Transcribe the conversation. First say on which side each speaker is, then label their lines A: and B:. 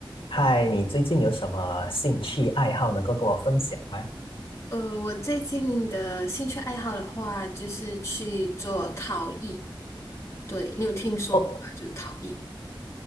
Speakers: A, on the left; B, on the left.
A: 嗨，你最近有什么兴趣爱好能够跟我分享吗？
B: 呃，我最近的兴趣爱好的话，就是去做陶艺。对，你有听说过吗？
A: 哦，
B: 就是陶艺。